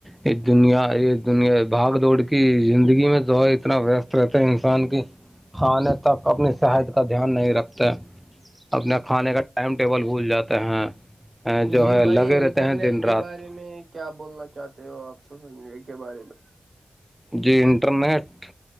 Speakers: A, in the centre; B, on the right.
A: یہ دنیا یہ دنیا بھاگ دوڑ کی زندگی میں جو اتنا ویست رہتا انسان کی کھانے تک اپنی صحت کا دھیان نہیں رکھتے اپنے کھانے کا ٹائم ٹیبل بھول جاتے ہیں جو
B: جی
A: ہے
B: بھائی
A: لگے
B: انٹرنیٹ
A: رہتے ہیں دن
B: کے
A: رات
B: بارے میں کیا بولنا چاہتے ہو آپ سوشل میڈیا کے بارے میں
A: جی انٹرنیٹ